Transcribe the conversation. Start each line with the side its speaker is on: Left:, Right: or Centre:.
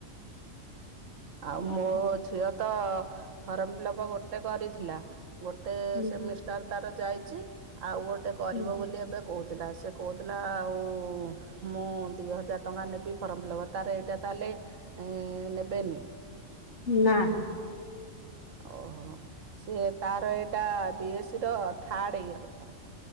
Right: ଆଉ
Left: ହଁ
Right: ମୋ ଝିଅ ତ ଫର୍ମ ଫିଲ୍ପ ଗୋଟେ କରିଥିଲା। ଗୋଟେ
Left: ହୁଁ
Right: ସେମି ତାର ତାର ଯାଇଛି ଆଉ ଗୋଟେ କରିବ
Left: ହୁଁ
Right: ବୋଲି ଏବେ କହୁ ଥିଲା। ସେ କହୁଥିଲା ଆଉ ମୁଁ ଦୁଇ ହଜାର ଟଙ୍କା ନେବି ଫର୍ମ ଫିଲ୍ଅପ୍। ତାର ଏଇଟା ତା ହେଲେ ନେବେନି?
Left: ନା।
Right: ଓହୋ। ସିଏ ତାର ଏଇଟା ବି ଏସ୍ ସ ର ଥାର୍ଡ ଇୟର ଟା।